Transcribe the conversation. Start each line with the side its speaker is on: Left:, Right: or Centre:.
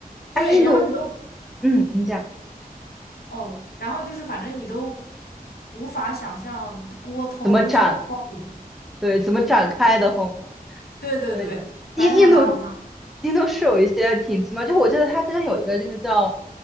Left: 对，
Centre: 哎，印度，
Left: 然后你都
Centre: 嗯，你讲
Left: 哦，然后就是反正你都无法想象锅偷了为什么要报警。
Centre: 怎么展，对，怎么展开的后面？
Left: 对对对，
Centre: 对，印印度
Left: 反正还蛮好看。
Centre: 印度是有一些挺奇妙，就是我记得他之前有一个那个叫